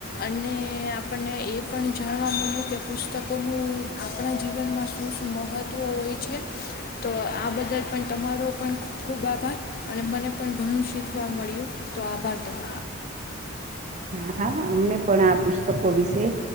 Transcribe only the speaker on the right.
હા હા અમને પણ આ પુસ્તકો વિશે